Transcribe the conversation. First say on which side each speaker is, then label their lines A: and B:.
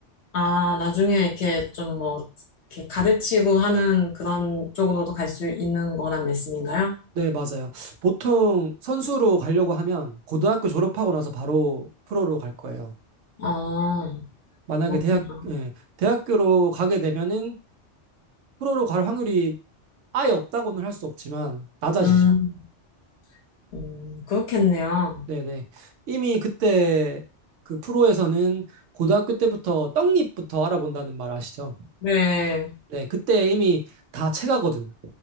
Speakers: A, on the left; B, on the right.
A: 아, 나중에 이렇게 좀 뭐, 이렇게 가르치고 하는 그런 쪽으로도 갈 수 있는 거란 말씀인가요?
B: 네, 맞아요. 보통 선수로 가려고 하면 고등학교 졸업하고 나서 바로 프로로 갈 거예요.
A: 아,
B: 만약에
A: 그렇구나.
B: 대학, 예, 대학교로 가게 되면은 프로로 갈 확률이 아예 없다고는 할 수 없지만 낮아지죠.
A: 음, 음, 그렇겠네요.
B: 예, 네네. 이미 그때 그 프로에서는 고등학교 때부터 떡잎부터 알아본다는 말 아시죠?
A: 네.
B: 네, 그때 이미 다 체가거든요.